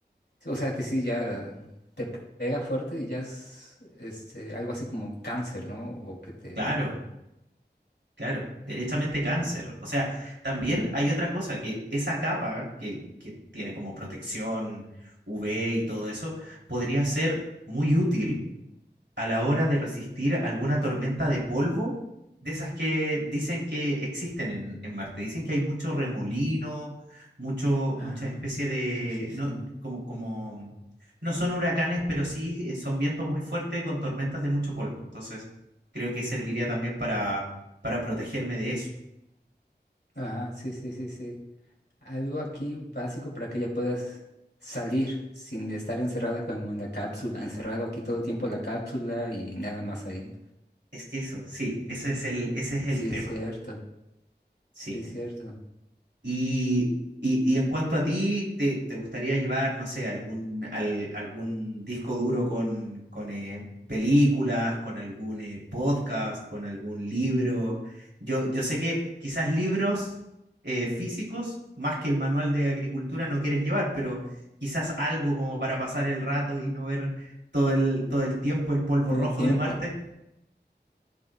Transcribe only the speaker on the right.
claro, claro, derechamente cáncer. O sea, también hay otra cosa, que esa capa que, que tiene como protección UV y todo eso, podría ser muy útil a la hora de resistir alguna tormenta de polvo, de esas que dicen que existen en, en Marte. Dicen que hay mucho remolino, mucho,
mucha especie de,
no, como, como, no son huracanes, pero sí eh, son vientos muy fuertes con tormentas de mucho polvo. Entonces, creo que serviría también para, para protegerme de eso.
Es que eso, sí, ese es el, ese es el
tema.
Sí.
Y, y, y en cuanto a ti, ¿te, te gustaría llevar, no sé, algún, al- algún disco duro con, con eh, películas, con algún eh, podcast, con algún libro? Yo, yo sé que quizás libros eh, físicos, más que el manual de agricultura, no quieres llevar, pero quizás algo como para pasar el rato y no ver todo el, todo el tiempo el polvo
rojo
de Marte.